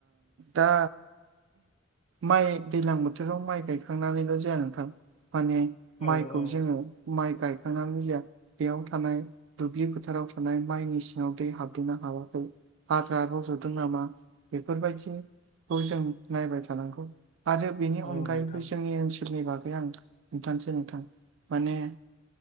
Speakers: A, on the right (about 70°); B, on the left (about 35°).
A: दा माइ दै्लां बोथोराव माइ गायखांनानैल' जाया नोंथां माने
B: औ
A: माइ
B: औ
A: जोङो माइ गायखांनानै जाया बेयाव थानाय दुब्लि फोथाराव थानाय माइनि सिङाव दै हाबदोंना हाबाखै हाग्रा रज'दों नामा बेफोरबायदि खौ जों नायबाय थानांगौ आरो बेनि
B: औ
A: अनगायैबो
B: नोंथां
A: जोंनि ओनसोलाव नि बागै आं खिथानोसै नोंथां माने